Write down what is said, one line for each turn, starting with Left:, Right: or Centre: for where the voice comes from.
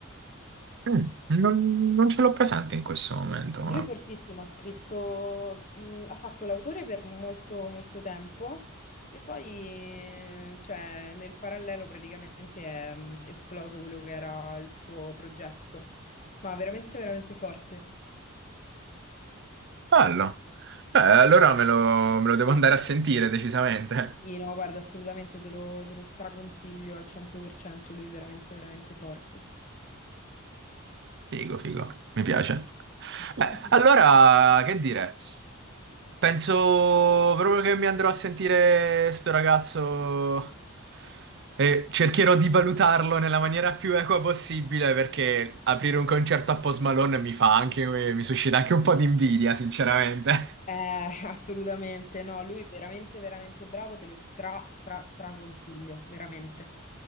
Right: mm, non, non ce l'ho presente in questo momento, ma
Left: Lui fortissimo, ha scritto, mh, ha fatto l'autore per molto, molto tempo e poi, cioè, nel parallelo praticamente è mh, esploso quello che era il suo progetto. Ma veramente, veramente forte.
Right: bello. Eh, allora me lo, me lo devo andare a sentire decisamente.
Left: Sì, no, guarda, assolutamente te lo, te lo straconsiglio al 100%, lui è veramente, veramente forte.
Right: Figo, figo, mi piace.
Left: <laughs>
Right: Beh, allora, che dire? Penso proprio che mi andrò a sentire sto ragazzo e cercherò di valutarlo nella maniera più equa possibile perché aprire un concerto a Post Malone mi fa anche, mi suscita anche un po' di invidia, sinceramente.
Left: Eh, assolutamente, no, lui veramente, veramente bravo, te lo stra, stra, stra consiglio, veramente.